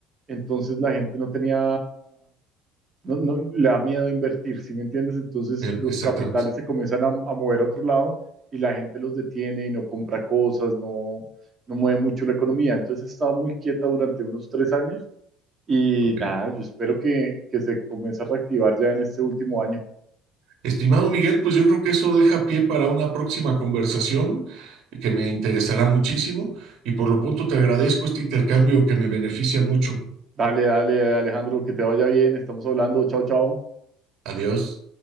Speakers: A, on the right (about 35°); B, on the right (about 65°).
A: entonces la gente no tenía, no, no- le da miedo invertir, ¿sí me entiendes? Entonces
B: bien,
A: los
B: exactamente.
A: capitales se comienzan a, a mover a otro lado y la gente los detiene y no compra cosas, no, no mueve mucho la economía. Entonces ha estado muy quieta durante unos tres años. Y
B: Ok.
A: nada, yo espero que, que se comience a reactivar ya en este último año.
B: Estimado Miguel, pues yo creo que eso deja pie para una próxima conversación que me interesará muchísimo y por lo pronto te agradezco este intercambio que me beneficia mucho.
A: Dale, dale, Alejandro, que te vaya bien. Estamos hablando. Chao, chao.
B: Adiós.